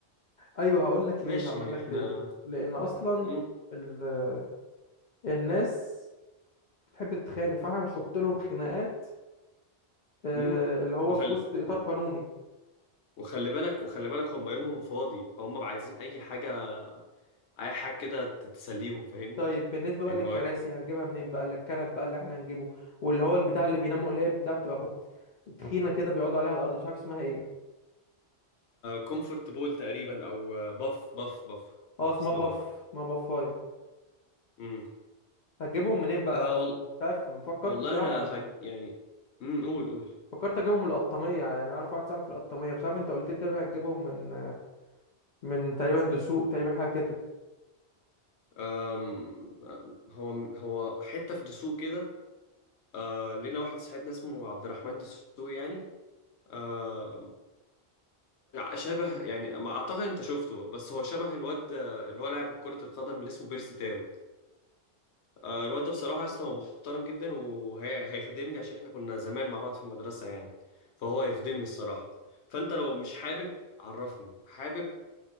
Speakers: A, on the left; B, on the left.
A: أيوه هقول لك
B: ماشي
A: ليه هقول
B: يعني
A: لك
B: احنا
A: ليه لأن أصلا
B: مم.
A: ال... الناس بتحب تتخانق فاحنا هنحط لهم خناقات آه،
B: مم.
A: اللي هو
B: وخل...
A: في وسط إطار
B: و-
A: قانوني
B: وخلي بالك وخلي بالك هم يومهم فاضي فهم بقى عايزين أي حاجة أي حاجة كده تسليهم فاهمني
A: طيب بالنسبة بقى
B: يعني
A: للكراسي
B: هو
A: هنجيبها منين بقى الكنب بقى اللي احنا هنجيبه واللي هو البتاع اللي بيناموا اللي هي بتاع بتبقى بط... تخينة كده بيقعدوا عليها على الأرض مش عارف اسمها ايه
B: كومفورت بول تقريبا أو باف باف باف
A: اه
B: باف
A: اسمها
B: اسمها
A: باف
B: باف
A: اسمها بافاية
B: مم.
A: هتجيبهم منين بقى
B: آه وال...
A: مش عارف فكرت
B: والله
A: بصراحة
B: أنا هج... يعني مم. قول قول
A: فكرت اجيبهم من القطامية يعني اعرف واحد صاحبي في القطامية مش عارف انت قلت لي تقريبا هتجيبهم من من تقريبا دسوق تقريبا حاجة كده
B: أم... أم، هو هو حتة في دسوق كده آه لينا واحد صاحبنا اسمه عبد الرحمن دسوقي يعني آه شبه يعني ما اعتقد انت شفته بس هو شبه الواد اللي هو لاعب كرة القدم اللي اسمه بيرسي تاو آه الواد ده بصراحة يا اسطى هو محترم جدا وهيخدمني عشان احنا كنا زمان مع بعض في المدرسة يعني فهو هيخدمني الصراحة فانت لو مش حابب عرفني حابب